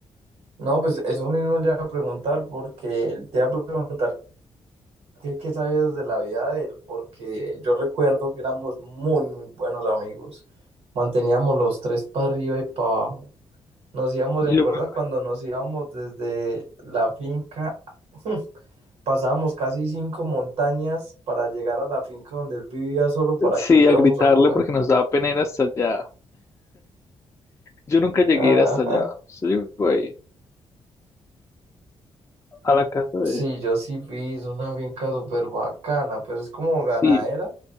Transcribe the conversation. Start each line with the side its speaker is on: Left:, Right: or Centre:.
Right: No, pues eso mismo le iba a preguntar porque él te iba a preguntar qué, qué sabías de la vida de él, porque yo recuerdo que éramos muy, muy buenos amigos. Manteníamos los tres para arriba y para abajo. Nos íbamos,
Left: Yo,
Right: ¿de acuerdo?
Left: me
Right: Cuando nos íbamos desde la finca, <laughs> pasábamos casi cinco montañas para llegar a la finca donde él vivía solo para
Left: ac- sí,
Right: que fuéramos
Left: a gritarle
Right: a jugar.
Left: porque nos daba pena ir hasta allá. Yo nunca llegué
Right: Ajá.
Left: a ir hasta allá. Yo llegó ahí, a la casa de...
Right: Sí, yo sí fui, es una finca súper bacana, pues es como ganadera,
Left: Sí,